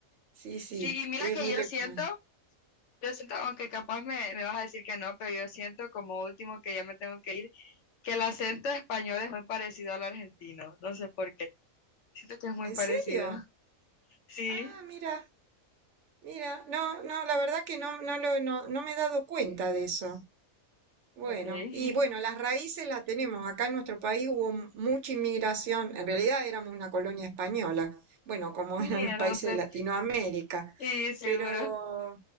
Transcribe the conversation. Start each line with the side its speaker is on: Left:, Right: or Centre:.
Right: sí, sí,
Left: Sí, y mira
Right: es
Left: que
Right: muy
Left: yo
Right: recomendable.
Left: siento, yo siento, aunque capaz me, me vas a decir que no, pero yo siento como último que ya me tengo que ir, que el acento español es muy parecido al argentino, no sé por qué, siento que es muy
Right: ¿En
Left: parecido.
Right: serio?
Left: Sí,
Right: Ah, mira. Mira, no, no, la verdad que no, no lo, no, no me he dado cuenta de eso. Bueno,
Left: ok. <laughs>
Right: y bueno, las raíces las tenemos. Acá en nuestro país hubo m- mucha inmigración. En realidad éramos una colonia española, bueno, como
Left: Sí,
Right: <laughs> eran los
Left: entonces,
Right: países de Latinoamérica.
Left: sí, seguro.
Right: Pero